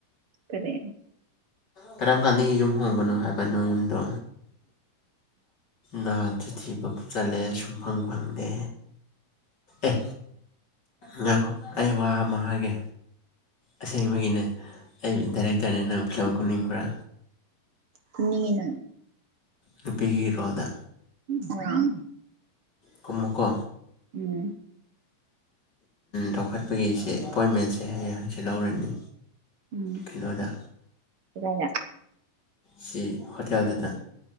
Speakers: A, on the right; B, on the left.
A: ꯀꫪꯤ
B: ꯀꯔꯝ ꯀꯥꯟꯗꯒꯤ ꯌꯨꯝ ꯍꯣꯡꯕꯅꯣ ꯍꯥꯏꯕꯅꯣ ꯅꫭꯏ ꯌꯨꯝꯗꯣ ꯅꯗꯨꯗꯤ ꯊꯤꯕ ꯆꯠꯂꯦ ꯁꯨꯡꯐꯪ ꯐꯪꯗꯦ ꯑꯦ ꯉꯥꯏꯈꯣ ꯑꯩ ꯋꯥ ꯑꯃ ꯍꯥꯏꯒꯦ ꯑꯁꯦꯡꯕꯒꯤꯅꯦ ꯑꯩ ꯗꯥꯏꯔꯦꯛ ꯗꯥꯏꯔ‌ꯦꯛ ꯅꯪ ꯐꯤꯂꯝ ꯀꯨꯅꯤꯡꯕ꯭ꯔꯥ
A: ꯀꯨꯅꯤꯡꯉꯤꯅ
B: ꯅꯨꯄꯤꯒꯤ ꯔꯣꯜꯗ
A: ꯍꫭꯏ
B: ꯀꯨꯝ ꯃꫭꯀꯣ
A: ꯎꯝ
B: ꯂꯧꯈꯠꯄꯒꯤꯁꯦ ꯑꯦꯄꯣꯏ ꯃꯦꯟꯁꯦ ꯍꯌꯦꯡ ꯍꯪꯆꯤꯠ ꯂꯧꯔꯅꯤ
A: ꯎꯝ
B: ꯀꯩꯅꯣꯗ
A: ꯀꯗꯥꯏꯗ
B: ꯁꯤ ꯍꯣꯇꯦꯜꯗꯨꯗ